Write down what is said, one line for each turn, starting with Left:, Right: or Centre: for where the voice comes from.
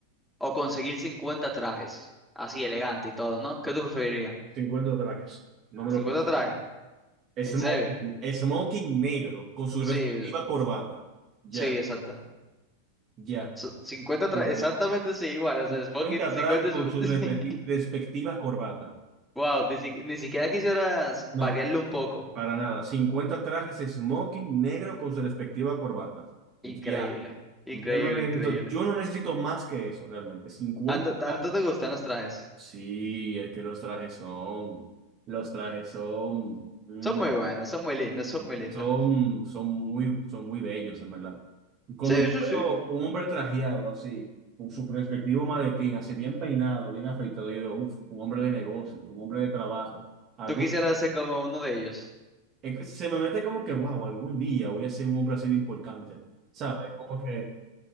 Centre: o conseguir 50 trajes? Así elegante y todo, ¿no? ¿Qué tú preferirías?
Right: 50 trajes. No me
Centre: 50
Right: lo pienso.
Centre: trajes,
Right: Smoking,
Centre: en serio.
Right: smoking negro con su
Centre: Sí,
Right: respectiva corbata. Ya,
Centre: sí, exacta.
Right: ya.
Centre: So- 50 trajes,
Right: Bueno, pues
Centre: exactamente sí, igual.
Right: 50
Centre: O sea, es Smoking 50.
Right: trajes con
Centre: <laughs>
Right: su respecti- respectiva corbata.
Centre: Wow, ni, si ni siquiera quisieras
Right: No,
Centre: variarlo un poco.
Right: para nada. cincuenta trajes smoking negro con su respectiva corbata.
Centre: Increíble,
Right: Ya.
Centre: increíble,
Right: Yo no necesito,
Centre: increíble.
Right: yo no necesito más que eso realmente. cincuenta
Centre: Tanto, tanto
Right: trajes.
Centre: te gustan los trajes.
Right: Sí, es que los trajes son, los trajes son, mm,
Centre: Son muy buenos, son muy lindos, son muy lindos.
Right: son, son muy, son muy bellos, en verdad. Y Cuando
Centre: Sí,
Right: yo
Centre: sí,
Right: veo
Centre: sí.
Right: un hombre trajeado así, con su perspectivo maletín, así bien peinado, bien afeitado, yo digo, uff, un hombre de negocios, un hombre de trabajo. algo
Centre: Tú quisieras ser como uno de ellos.
Right: es que se me mete como que, wow, algún día voy a ser un hombre así de importante, ¿sabes? Como que